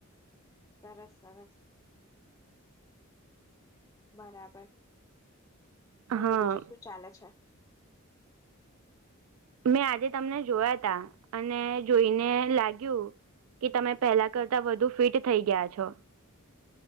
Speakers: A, on the left; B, on the right.
A: સરસ સરસ. બરાબર
B: હા
A: બોલો બીજું શું ચાલે છે?
B: મેં આજે તમને જોયા તા અને જોઈને લાગ્યું કે તમે પહેલાં કરતાં વધુ ફિટ થઈ ગયા છો.